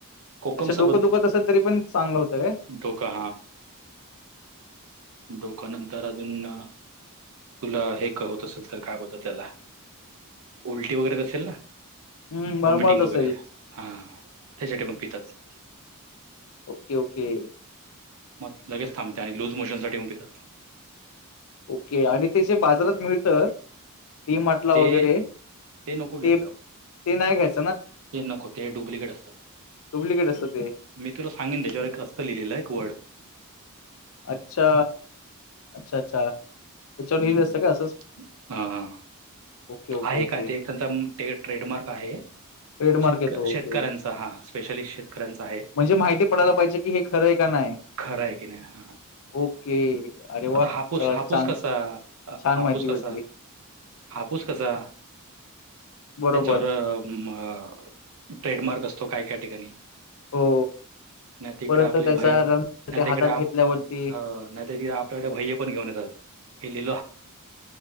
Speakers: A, on the right; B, on the left.
A: कोकम
B: अच्छा डोकं
A: सरबत
B: दुखत असेल तरी पण चांगलं होतं काय?
A: डोका डोका् नंतर अजून न तुला हे होत असेल तर काय बोल त्याला उलटी वगैरे असेल ना..
B: हम्म मळमळत
A: व्हॉमिटिंग
B: असेल
A: वगैरे हा त्याच्या पण पितात..
B: ओके ओके.
A: मग लगेच थांबते आणि लूज मोशन साठी म पितात
B: ओके आणि ते जे बाजारात मिळत. डीमाटला
A: ते
B: वगैरे
A: नको घेत
B: ते ते
A: जाऊ
B: नाही घयच.
A: ते नको ते डुप्लिकेट असत.
B: डुप्लिकेट असतं ते
A: मी तुला सांगेन त्याच्यावर एक असतं लिहिलेलं एक वड
B: अच्छा अच्छा अच्छा! त्याच्यावर
A: हम्
B: लिहिलं असतं का असंच
A: हा हा.
B: ओके ओके
A: आहे
B: ओके
A: काय ते त्यांचा ट्रेडमार्क आहे.
B: ट्रेडमार्क
A: शेत
B: येतो
A: शेतकऱ्यांचा
B: ओके.
A: हा स्पेशलिस्ट शेतकऱ्यांचा आहे.
B: म्हणजे माहिती पडायला पाहिजे की हे खरं आहे का नाही.
A: खरा आहे क नाही हां.
B: ओके. अरे वाह!
A: आता हापूस
B: चला
A: हापूस
B: छान
A: कसा
B: छान
A: हापूस
B: माहिती भेटली.
A: कसा. हापूस कसा.
B: बरोबर.
A: त्याच्यावर अ ट्रेडमार्क असतो काय काय ठिकाणी.
B: हो.
A: नाही तकडे
B: परत
A: आपले
B: त्याचा
A: भय नाही
B: रंग ते हातात
A: तकडे आप
B: घेतल्यावरती
A: नाही तडे आपल्याकडे भय ते पण घेऊन येतात हे